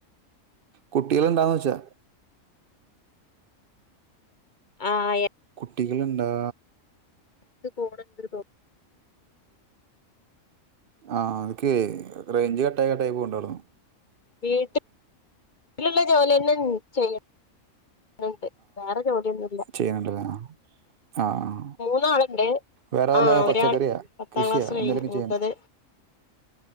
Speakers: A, on the right; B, on the left.
A: കുട്ടികളിണ്ടോന്ന് വെച്ചാ
B: ആഹ്
A: കുട്ടികൾ ഉണ്ടോ
B: <unintelligible>
A: ആഹ് ക്കേ റേഞ്ച് കട്ടായി കട്ടായി പോണുണ്ടായിരുന്നു
B: വീട്ടിൽ വീട്ടിലുള്ള ജോലിന്നെ ചെയ്യണം ണ്ട് വേറെ ജോലിയൊന്നും ഇല്ല
A: ചെയ്യാണ്ടല്ലേ ആഹ് ആഹ്
B: മൂന്നാളുണ്ട്
A: വേറെ വല്ല
B: ആ
A: പച്ചക്കറിയാ
B: ഒരാൾ പത്താം
A: കൃഷിയാ
B: ക്ലാസ് കഴിഞ്ഞു
A: എന്തേലക്കേ
B: മൂത്തത്
A: ചെയ്യാറുണ്ടോ